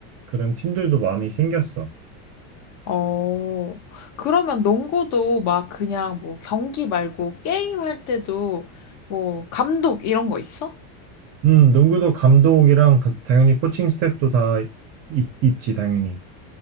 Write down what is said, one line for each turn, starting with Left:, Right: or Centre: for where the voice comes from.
Right: 그런 팀들도 많이 생겼어.
Left: 어, 그러면 농구도 막 그냥 뭐 경기 말고 게임 할 때도 뭐 감독 이런 거 있어?
Right: 음, 농구도 감독이랑 가- 당연히 코칭 스태프도 다 있, 있지, 당연히.